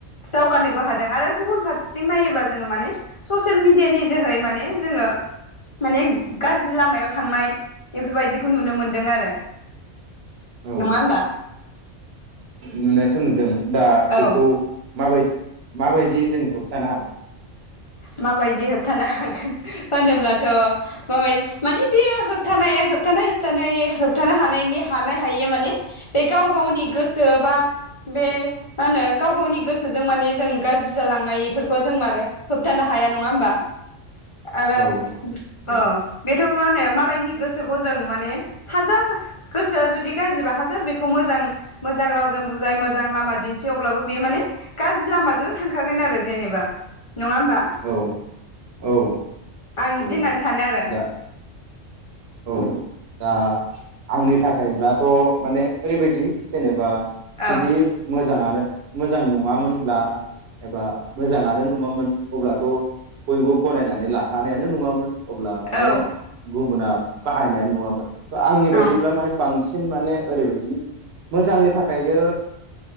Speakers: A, on the left; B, on the right.
A: दावगानोबो हादों। आरो गुबुन फारसेथिं नायोब्ला जोङो माने ससियेल मिडि इदियानि जोहै माने जोङो माने गाज्रि लामायाव थांनाय बेफोरबायदिखौ नुनो मोन्दों आरो
B: औ
A: नङा होमबा
B: नुनायाथ नुदों दा बेखौ
A: औ
B: माबाय माबायदि जों होबथानो हागोन?
A: माबायदि होबथानो हाग होनोब्लाथ माबाय माने बेयो होबथानाया होबथानाय होबथानाय होबथानो हानायनि हानाय हायिया माने बे गाव गावनि गोसो बा बे मा होनो गाव गावनि गोसो गोसजों माने जों गाज्रि जालांनाय फोरखौ जों मारे होबथानो हाया नङा होमबा आरो
B: औ दे
A: औ बेथ मा होनो मालायनि गोसोखौ जों माने हाजार गोसोआ जुदि गाजिबा हाजार बे खौ मोजां मोजां रावजों बुजाय मोजां लामा दिन्थि अब्लाबो बेयो माने गाज्रि लामाजोंनो थांखागोन आरो जेनेबा नङा‌ हमबा आ
B: औ औ
A: आं
B: औ
A: इदि होननानै सानो आ रो
B: दा औ दा आंनि थाखायब्लाथ माने ओरैबायदि जेनेबा
A: आरो
B: जुदि मोजाङानो मोजां नङामोनब्ला एबा मोजाङानो नङामोन अब्लाथ बयबो गनायनानै लाखानायानो नङामोन अब्ला
A: औ
B: माने गुबुना बाहायनाय आनो नं आमोन आंनि
A: औ
B: बायदिब्ला माने बांसि सिन माने ओरैबायदि मोजांनि थाखायनो